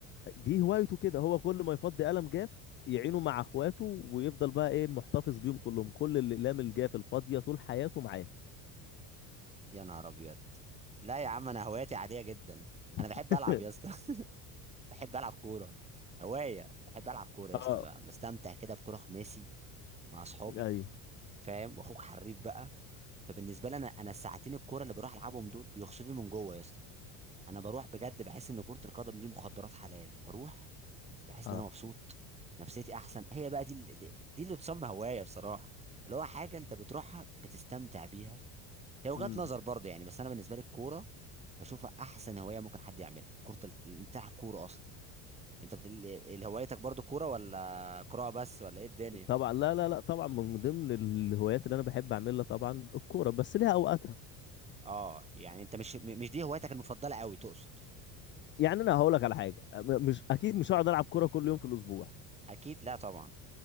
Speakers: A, on the left; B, on the right.
A: دي هوايته كده هو كل ما يفضي قلم جاف يعينه مع اخواته ويفضل بقى ايه محتفظ بيهم كلهم كل الاقلام الجاف الفاضية طول حياته معاه
B: يا نهار ابيض لا يا عم انا هواياتي عاديه جدا انا بحب
A: <laughs>
B: العب يا اسطى <laughs> بحب العب كوره هوايه بحب العب كوره يا
A: اه
B: اسطى بقى بستمتع كده بكوره خماسي مع اصحابي
A: ايوه
B: فاهم واخوك حريف بقى فبالنسبه لي انا انا الساعتين الكوره اللي بروح العبهم دول بيغسلوني من جوه يا اسطى انا بروح بجد بحس ان كره القدم دي مخدرات حلال بروح بحس
A: اه
B: ان انا مبسوط نفسيتي احسن هي بقى دي دي, دي اللي تسمى هوايه بصراحه اللي هو حاجه انت بتروحها بتستمتع بيها هي وجهات
A: ايوه
B: نظر برضه يعني بس انا بالنسبه لي الكوره بشوفها احسن هوايه ممكن حد يعملها كره ال- بتاع الكوره اصلا انت بت... ال- هوايتك برضه كوره ولا قراءه بس ولا ايه الدنيا
A: طبعا لا لا لا طبعا من ضمن الهوايات اللي انا بحب اعملها طبعا الكوره بس ليها اوقاتها
B: اه يعني انت مش م- مش دي هوايتك المفضله قوي تقصد
A: يعني انا هقول لك على حاجه م- مش اكيد مش هقعد العب كوره كل يوم في الاسبوع
B: اكيد لا طبعا